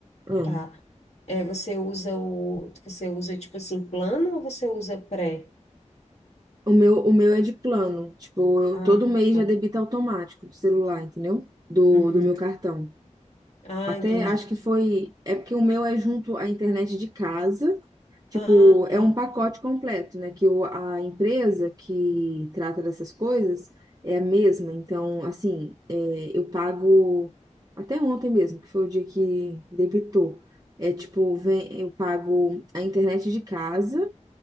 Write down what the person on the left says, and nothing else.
tá. É, você usa o, você usa tipo assim, plano ou você usa pré?
Ah,
tá.
Uhum.
Ah,
entendi.
Ah,
tá.